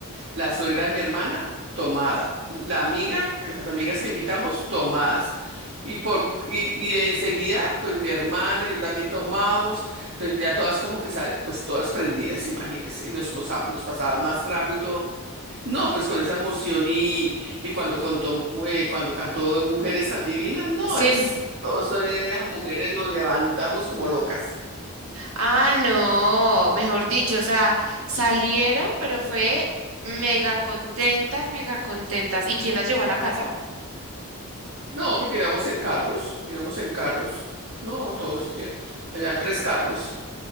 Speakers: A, on the right; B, on the right.
A: La suegra de mi hermana, tomada. La amiga, las amigas que invitamos, tomadas. Y, por, y, y enseguida, pues mi hermana, yo también tomábamos. Entonces ya todas como que, sal- pues todas prendidas, imagínense. Y nos, posa- nos pasaban más trago y todo. No, pues con esa emoción y, y cuando contó, mu- eh, cuando cantó Mujeres tan divinas, no
B: Sí.
A: es. Todas las mujeres nos levantamos como locas.
B: Ah, no, mejor dicho, o sea, salieron, pero fue mega contentas, mega contentas. ¿Y quién las llevó a la casa?
A: No, porque íbamos en carros, íbamos en carros. No, todos, ya, habían tres carros.